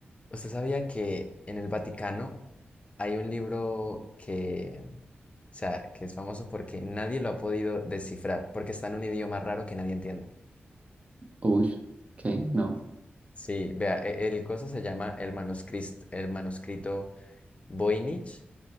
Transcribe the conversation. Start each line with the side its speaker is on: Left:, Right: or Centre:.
Left: ¿usted sabía que en el Vaticano hay un libro que, o sea, que es famoso porque nadie lo ha podido descifrar, porque está en un idioma raro que nadie entiende?
Right: uy, ok, no.
Left: Sí, vea, e- el coso se llama el manuscrito, el manuscrito Voynich.